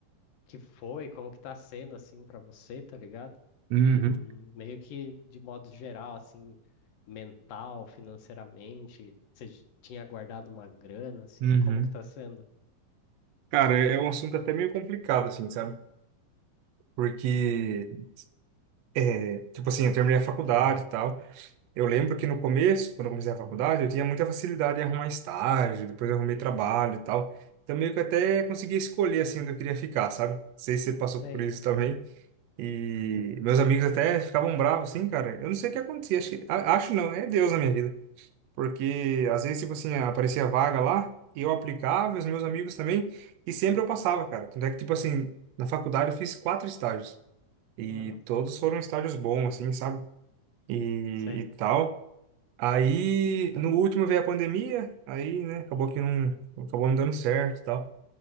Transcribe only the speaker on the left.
que foi, como que tá sendo assim pra você, tá ligado?
Hum, Meio que de modo geral, assim, mental, financeiramente, você j- tinha guardado uma grana, assim,
como que tá sendo?
Sei.
Uhum,
sei.